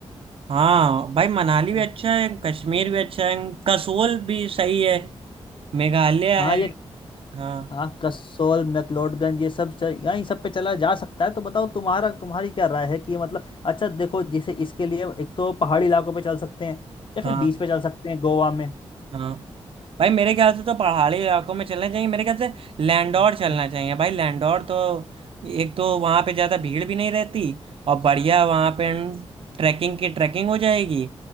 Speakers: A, on the right; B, on the left.
A: हाँ भाई मनाली भी
B: हाँ
A: अच्छा है कश्मीर भी अच्छा है कसोल भी सही है मेघालय
B: हाँ,
A: है
B: ये
A: हाँ
B: हाँ कसोल मैक्लोडगंज ये सब चल, यहाँ इन सब पे चला जा सकता है तो बताओ तुम्हारा तुम्हारी क्या राय है कि मतलब अच्छा देखो जैसे इसके लिए एक तो पहाड़ी इलाकों पे चल सकते हैं या
A: हाँ
B: फिर बीच पे चल सकते हैं गोवा में
A: हाँ भाई मेरे ख्याल से तो पहाड़ी इलाकों में चलना चाहिए मेरे ख्याल से लैंडौर
B: बताओ
A: चलना चाहिए भाई लैंडौर तो एक तो वहाँ पे ज़्यादा भीड़ भी नहीं रहती और बढ़िया वहाँ पे ट्रैकिंग की ट्रैकिंग हो जाएगी